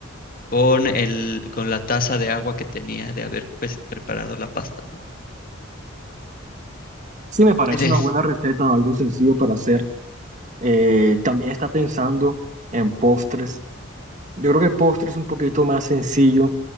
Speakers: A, on the left; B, on the right.
A: con el, con la taza de agua que tenía de haber pues, preparado la pasta, ¿no?
B: Sí, me parece
A: Des-
B: una buena receta, algo sencillo para hacer. Eh,
A: mm,
B: también está pensando en postres. Yo creo que postres es un poquito más sencillo,